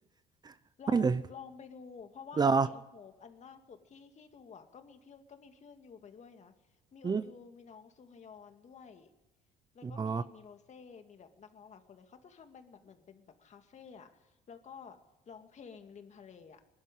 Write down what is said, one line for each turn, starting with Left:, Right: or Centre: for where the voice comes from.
Right: <laughs>
Left: ลองลองไปดูเพราะว่า
Right: ไม่เลยเหรอ
Left: Sea of Hope อันล่าสุดที่ที่ดูอ่ะก็มีพี่ก็มีพี่อุนยูไปด้วยนะมีอุนยูมีน้องซูฮยอนด้วย
Right: อืม
Left: แล้วก็มีมีโรเซ่มีแบบนักร้องหลายคนเลยเขาจะทำเป็นแบบเหมือนเป็นแบบคาเฟ่อะแล้วก็
Right: อ๋อ
Left: ร้องเพลงริมทะเลอะ